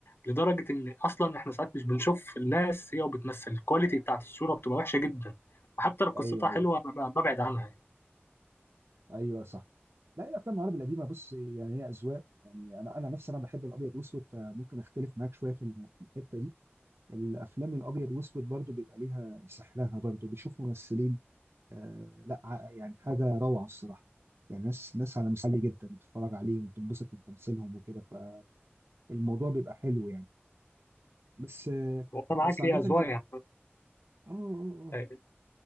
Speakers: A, on the left; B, on the right.
A: لدرجه ان اصلا احنا ساعات مش بنشوف الناس هي وبتمثل الكواليتي بتاعت الصوره بتبقى وحشه جدا حتى لو قصتها
B: ايوه ايوه
A: حلوه انا ب- ببعد عنها يعني
B: ايوه صح لا الافلام العربي القديمه بص يعني هي اذواق يعني انا انا نفسي انا بحب الابيض واسود فممكن اختلف معاك شويه في الم- في الحته دي الافلام الابيض واسود برضو بيبقى ليها سحرها برضو بتشوف ممثلين آه لا ع- يعني حاجه روعه الصراحه يعني ناس ناس على مستوى عالي جدا بتتفرج عليهم وتنبسط من تمثيلهم وكده فالموضوع بيبقى حلو يعني بس آه
A: والله
B: بس
A: معاك
B: عامه
A: هي اذواق
B: انت
A: يعني
B: اه
A: اه